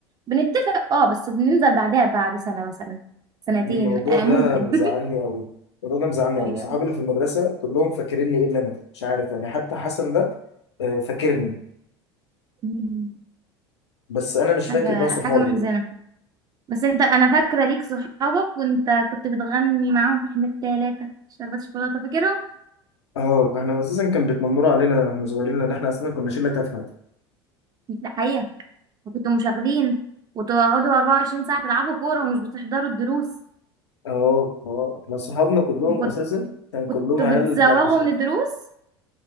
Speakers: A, on the right; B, on the left.
A: بنتفق اه بس بننزل بعدها بعد سنة مثلا سنتين
B: الموضوع
A: آه
B: ده
A: ممكن
B: مزعلني
A: <laughs>
B: قوي الموضوع ده مزعلني
A: ايوه
B: قوي صحابي اللي في المدرسة كلهم فاكريني الا انا مش عارف يعني حتى حسن ده آه، فاكرني
A: مم.
B: بس انا مش
A: حاجة
B: فاكر بقى صحابي
A: حاجة محزنة
B: بقى.
A: بس انت انا فاكرة ليك صحابك وانت كنت بتغني معاهم احنا التلاتة شربت شوكولاتة فاكرهم؟
B: اه احنا اساسا كان بيتنمروا علينا احنا صغيرين لان احنا اصلا كنا شله تافهه
A: ده حقيقة وكنتوا مشاغبين وتقعدوا 24 ساعة تلعبوا كورة ومش بتحضروا الدروس
B: اه اه احنا صحابنا كلهم
A: وكنت-
B: اساسا كان
A: كنتوا
B: كلهم عيال
A: بتزوغوا
B: بتاعت مشاكل
A: من الدروس